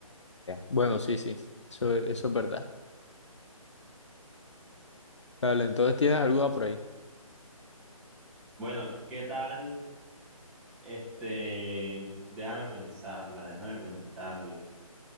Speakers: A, on the left; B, in the centre.
A: Bueno, sí, sí, eso, es- eso es verdad. Dale, entonces tienes alguna por ahí.
B: Bueno, ¿qué tal? Este, déjame pensarla, déjame pensarla.